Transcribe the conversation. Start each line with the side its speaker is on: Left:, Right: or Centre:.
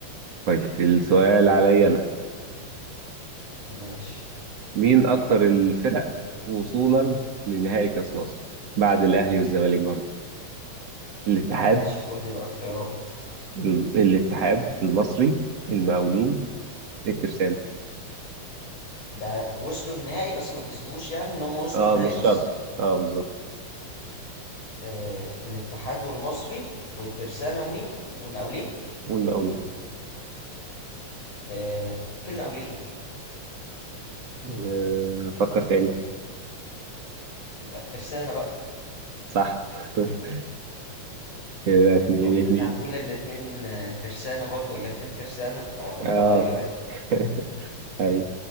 Right: طيب السؤال عليا انا
Left: ماشي
Right: مين اكتر الفرق وصولا لنهائي كاس مصر بعد الاهلي والزمالك برضه الاتحاد
Left: ماشي قول لي بقى اختيارات
Right: ال- الاتحاد المصري المقاولين الترسانة
Left: ده وصلوا النهائي بس ما كسبوش يعني ان هم وصلوا
Right: اه
Left: النهائي
Right: مش
Left: بس
Right: شرط اه بالظبط
Left: آه الاتحاد والمصري والترسانة ومين والمقاولين
Right: والمقاولين
Left: آه كل المقاولين
Right: آه، فكر تاني
Left: يبقى الترسانة بقى
Right: صح <laughs> كده اتنين
Left: قلت
Right: اتنين
Left: انت هتقول الاتنين آه، ترسانة برضو اجابتين ترسانة فقلت
Right: اه
Left: اغير يعني
Right: <laughs> ايوه